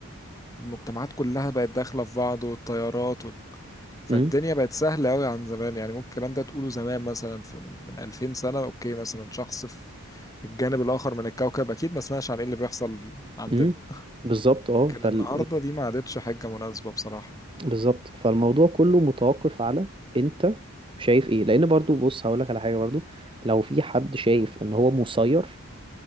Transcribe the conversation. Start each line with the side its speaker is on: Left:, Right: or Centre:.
Left: والمجتمعات كلها بقت داخلة في بعض والطيارات وال... فالدنيا
Right: م.
Left: بقت سهلة أوي عن زمان يعني ممكن الكلام ده تقوله زمان مثلا في من من 2000 سنة أوكي مثلا شخص في الجانب الآخر من الكوكب أكيد ما سمعش عن إيه اللي بيحصل عندنا
Right: م. بالظبط اه
Left: لكن
Right: فال...
Left: النهاردة
Right: ال-
Left: دي ما عادتش حاجة مناسبة بصراحة
Right: بالظبط فالموضوع كله متوقف على انت شايف ايه لان برضو بص هقولك على حاجة برضو لو في حد شايف ان هو مسير